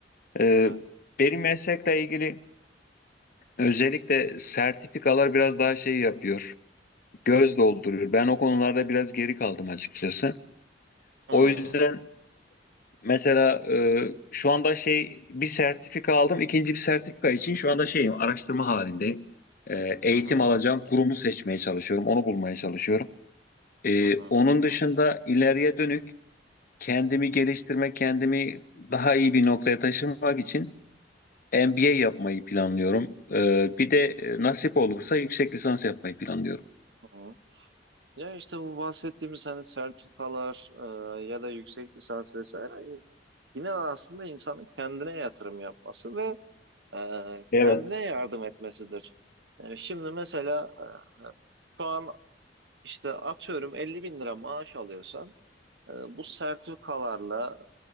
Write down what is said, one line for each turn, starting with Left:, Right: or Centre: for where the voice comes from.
Left: E,
Right: Evet.
Left: benim meslekle ilgili özellikle sertifikalar biraz daha şey yapıyor, göz dolduruyor. Ben o konularda biraz geri kaldım açıkçası.
Right: Hmm.
Left: O yüzden Mesela e, şu anda şey bir sertifika aldım. ikinci bir sertifika için şu anda şeyim araştırma halindeyim. E, eğitim
Right: Hı hı,
Left: alacağım kurumu seçmeye çalışıyorum. Onu bulmaya çalışıyorum. E,
Right: hı hı,
Left: onun dışında ileriye dönük kendimi geliştirmek, kendimi daha iyi bir noktaya taşımak için MBA yapmayı planlıyorum. E, bir de e, nasip olursa yüksek lisans yapmayı planlıyorum.
Right: hı hı. Ya işte bu bahsettiğimiz hani sertifikalar e, ya da yüksek lisans vesaire Yine aslında insanın kendine yatırım yapması ve e,
Left: Evet.
Right: kendine yardım etmesidir. E, şimdi mesela e, şu an işte atıyorum 50 bin lira maaş alıyorsan e, bu sertifikalarla